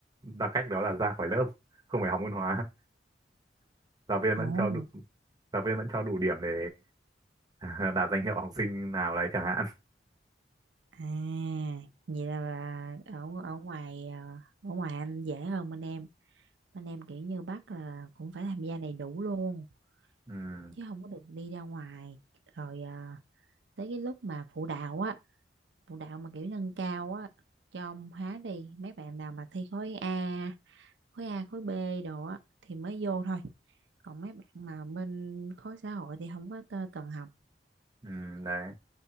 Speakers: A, on the right (about 20°); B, on the right (about 75°).
A: là cách đó là ra khỏi lớp không phải học môn hóa <laughs> giáo viên vẫn
B: ồ
A: cho đủ giáo viên vẫn cho đủ điểm để <laughs> đạt danh hiệu học sinh nào đấy chẳng hạn
B: à vậy là, là ở ở ngoài à, ở ngoài anh dễ hơn bên em bên em kiểu như bắt là cũng phải tham gia đầy đủ luôn
A: ừ,
B: chứ không có được đi ra ngoài rồi à, tới cái lúc mà phụ đạo á phụ đạo mà kiểu nâng cao á cho ông hóa đi mấy bạn nào mà thi khối A khối A khối B đồ á thì mới vô thôi còn mấy bạn mà bên khối xã hội thì không có tơ- cần học
A: ừ, đấy